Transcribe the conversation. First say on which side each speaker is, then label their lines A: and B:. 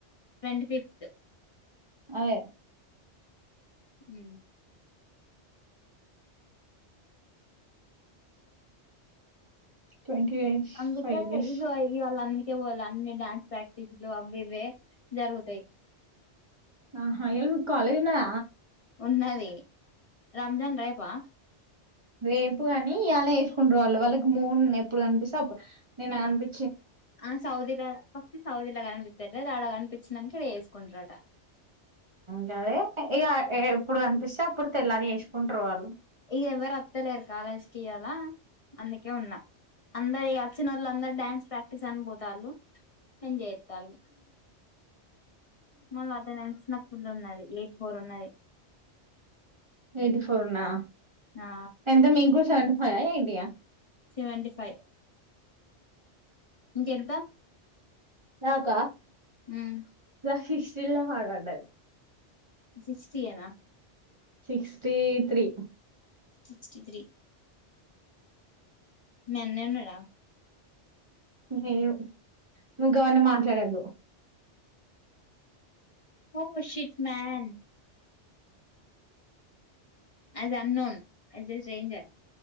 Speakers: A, on the left (about 45°); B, on the right (about 30°).
A: ట్వంటి ఫిఫ్త్
B: అదే
A: మ్
B: ట్వంటీ
A: అందుకే
B: ఫైవ్ ఇయర్స్
A: ఇగో ఇయళ అందుకే పోలే అన్నీ డ్యాన్స్ ప్రాక్ క్టిస్లు అవి ఇవే జరుగుతాయి
B: ఆహా ఆ యాల మీకు కాలేజ్ ఉన్నద
A: ఉన్నది రంజాన్ రేపా
B: రేపు కాని ఇయళ వేసుకుంట్రు వాళ్ళు వాళ్ళకి మూన్ ఎప్పుడు కనిపిస్తే అప్పుడు నిన్న కనిపి
A: ఆ సౌదీలా ఫతి సౌదీలా కనిపిస్తారు ఆడ కనిపించినంక ఇడఎసుకుంటరట
B: గదే ఇగ ఎప్పుడు అనిపిస్తే అప్పుడు తెల్లారి ఎసుకుంట్రు వాళ్ళు
A: ఇగ ఎవ్వరు ఒత్తలేరు కాలేజికి ఈయల అందుకే ఉన్నా అందరు వచ్చిన వాళ్ళు అందరు డాన్స్ ప్రాక్టీస్ అని పోతాలు ఎంజాయ్ జేత్తాలు మళ్ళీ అటినెన్స్ నాకు ఫుల్ ఉన్నది ఎయిటీ ఫోర్ ఉన్నది
B: ఎయిటీ ఫోర్ ఉన్నా
A: ఆ
B: ఎంత మీకు కూడా సెవెంటీ ఫైవ్ ఎయిటీ ఆ
A: సెవెంటీ ఫైవ్ ఇంకెంత
B: నాక
A: మ్మ్
B: నాకు హిస్ జిల్లా పాట అంటది
A: సిక్స్టియేన
B: సిక్స్టీ త్రీ
A: సిక్స్టీ త్రీ మీ అన్నయ్య ఉన్నాడ
B: లేడు నువ్వు గ్గవన్ని మాట్లాడద్దు
A: oh shit man as unknown as a stranger